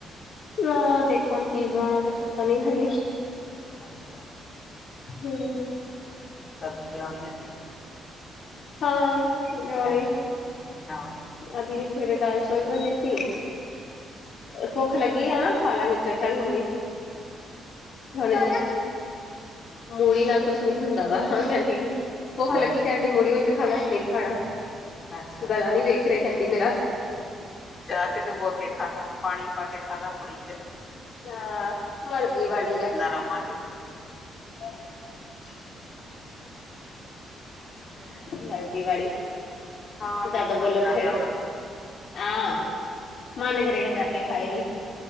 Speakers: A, on the left; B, on the left.
A: ਨਾ ਦੇਖੋ ਹੁਣ ਕੀ ਬਣਾਉਣਾ, ਕੁਛ ਪਤਾ ਨੀ ਹਜੇ।
B: ਅੱਛਾ?
A: ਹੂੰ।
B: ਸਬਜ਼ੀ ਲਿਉਣੀ ਹੈ ਤੇ
A: ਹਾਂ। ਹੁਣੇ
B: ਅੱਛਾ, ਹਾਂ।
A: ਅਭੀ ਸਵੇਰੇ ਦਾਲ ਚੌਲ ਬਣੇ ਸੀ ਭੁੱਖ ਲੱਗੀ ਆ ਨਾ? ਖਾ ਲਾ ਵਿੱਚੋ ਚੱਲ ਮੁੜੀ। ਹਣੇ ਮੂੜੀ ਨਾਲ ਕੁਛ ਨੀ ਹੁੰਦਾ ਵਾ ਕਹਿੰਦੀ ਭੁੱਖ
B: ਹਾਂ
A: ਲੱਗੀ
B: ਹਾਂ ਹਾਂ।
A: ਕਹਿੰਦੀ ਮੂੜੀ ਵਿੱਚ ਖਾ ਲਾ ਤੇ ਨਹੀਂ ਖਾਣਾ।
B: ਅੱਛਾ
A: ਗਲਾ ਨੀ ਵੇਖ ਰਹੇ ਕਹਿੰਦੀ ਮੇਰਾ।
B: ਚਾਹ ਚ ਟੂਬੋ ਕੇ ਖਾਲ ਲਾ ਪਾਣੀ ਪਾ ਕੇ ਖਾਲ ਲਾ ਮੁੜੀ ਚ।
A: ਹਾਂ, ਮਰਜ਼ੀ ਵਾਲੀ ਹੈ
B: <unintelligible>
A: <unintelligible>
B: ਤੇ ਹੈ ਹੀ
A: ਮਰਜ਼ੀ
B: ਆ।
A: ਵਾਲੀ,
B: ਹਾਂ
A: ਜ਼ਿਆਦਾ
B: ਨਹੀਂ ਮਨ
A: ਬੋਲੋ
B: ਕਰਦਾ
A: ਤੇ ਫੇਰ
B: ਉਹਨਾਂ ਨੂੰ
A: ਆਂ ਮਨ ਕਰੇਗਾ ਤੇ
B: ਜਿਹੜੀ
A: ਆਪੇ
B: ਚ।
A: ਖਾਏਗੀ।